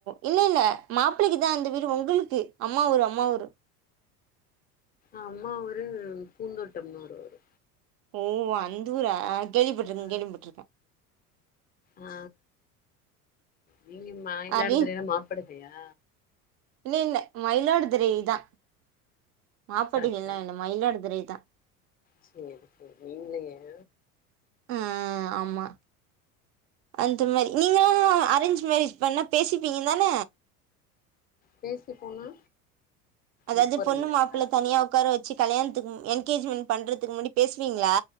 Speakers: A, on the right; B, on the left.
A: இல்ல இல்ல மாப்பிளைக்குதா அந்த வீரு உங்களுக்கு அம்மா ஊரு அம்மா ஊரு
B: அம்மா ஊரு பூந்தோட்டம்னூரு வரு
A: ஓ அந்தூரா கேள்விப்பட்ருக்கே
B: ஆ
A: கேள்விப்பட்ருக்கே
B: ஆ நீங்க மயிலாடுதுறைனா
A: அரே!
B: மாப்படு சைடா
A: இல்ல இல்ல மயிலாடுதுறை தா மாப்படுகல்லா
B: கரெக்டா
A: இல்ல மயிலாடுதுறை தா
B: சேரி சேரி மெயின்லயா
A: ஆ ஆமா அந்த மாரி நீங்களா அரேஞ்ச் மேரேஜ் பண்ணா பேசிப்பீங்க தான
B: பேசி போனா
A: அதாவது
B: பிஃபோர்
A: பொண்ணு
B: மேரேஜா
A: மாப்புள்ள தனியா உக்கார வச்சு கல்யாணத்துக்கு என்கேஜ்மன்ட் பண்றதுக்கு முன்னாடி பேசுவீங்ளா